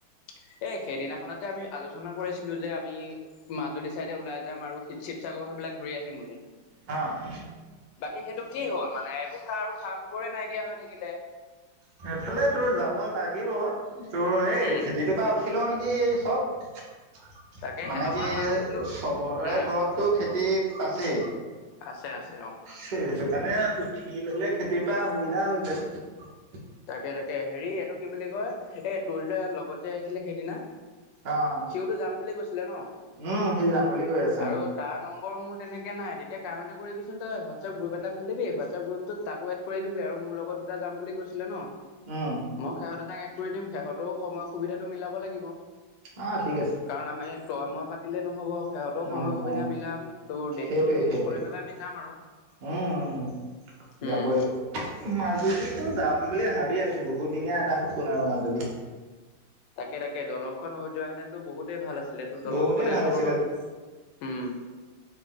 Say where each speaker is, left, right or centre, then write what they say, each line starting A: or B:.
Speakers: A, on the left (about 70°); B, on the right (about 80°).
A: স্ত। এ সেইদিনাখনত যে আমি আলোচনা কৰিছিলো যে আমি মাজুলী চাইডে ওলাই যাম আৰুি শিৱ- শিৱসাগৰ। গৈ পেলাই ঘূৰি আহিম বুলি।
B: অ'।
A: বাকী সেইটো কি হ'ল মানে একো খা আৰু খা খবৰে নাইকিয়া হৈ থাকিলে।
B: সেইফালে তোৰ যাব লাগিব তোৰ এই
A: উম
B: খেতিটোৰ পা উঠিলও নেক। কি চব
A: তাকে
B: মানে
A: সেইটো
B: কি
A: হয় বাৰু কিন্তু
B: চবৰে
A: উম
B: ঘৰতো খেত। তিক আছেই।
A: আছে, আছে। অ
B: সেইটো কাৰণে উঠি ললে খেতিৰ পৰা সুবিধা হ'লহেঁতেন।
A: তাকে তাকে হেৰি এইটো কি বুলি কয়, এই তোৰ যে লগত যে আহিছিলে সেইদিনা।
B: অ',
A: সিওতো যাম বুলি কৈছিলে ন'
B: উম, সি যাম বুলি কৈ আছে
A: আৰু
B: অ',
A: তাৰ। নম্বৰ মোৰ তেনেকে নাই, তেতিয়া কাম এটা কৰিবিচোন তই হোৱাটছাপ গ্ৰুপ এটা খুলিবি, হোৱাটছাপ গ্ৰুপটোত তাকো এড কৰি দিবি। আৰু মোৰ লগত দুটা যাম বুলি কৈছিলে ন
B: উম,
A: মই সেহঁত দুটাক এড কৰি দিম, সেহঁতও সময় সুবিধাটো মিলাব লাগিব।
B: অ' ঠিক আছে।
A: কাৰণ আমি তই মই পাতিলে নহ'ব। সিহঁতেও
B: নহ'ব
A: সময় সুবিধা
B: অ'।
A: মিলাম শ, তোৰ ডেটটো
B: সেইটোৱে
A: ফিক্স
B: সেইটোৱে
A: কৰি পেলাই আমি যাম আৰু।
B: উম, যাব
A: উম
B: লাগিব <unintelligible> মাজুলি। তো যাম বুলি ভাবি আছো বহুতদিনীয়া এটা সপোন আৰু মাজুলী।
A: তাকে তাকে দলংখন হৈ যোৱা হেতেনতু বহুত তে ভাল আছিলে তোৰ দলংখনে
B: বহুতেই ভাল
A: তোৰ
B: আছিলে
A: উম'।